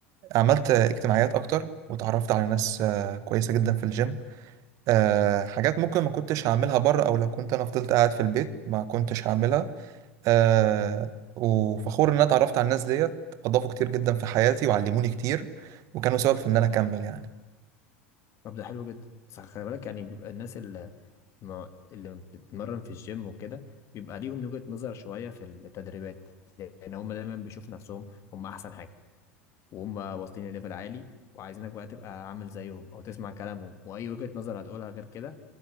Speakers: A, on the right (about 50°); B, on the left (about 45°).
A: عملت اجتماعيات اكتر وتعرفت على ناس آه، كويسة جدا في الجيم آه، حاجات ممكن ما كنتش هعملها بره او لو كنت انا فضلت قاعد في البيت ما كنتش هعملها آه وفخور ان انا اتعرفت على الناس ديت اضافوا كتير جدا في حياتي وعلموني كتير وكانوا سبب في ان انا اكمل يعني
B: طب ده حلو جدا بس خلي بالك يعني بيبقى الناس اللي ما اللي بتتمرن في الجيم وكده بيبقى ليهم وجهة نظر شوية في التدريبات يعني هم دايما بيشوفوا نفسهم هم أحسن حاجة وهم واصلين لليفل عالي وعايزينك بقى تبقى عامل زيهم أو تسمع كلامهم وأي وجهة نظر هتقولها غير كده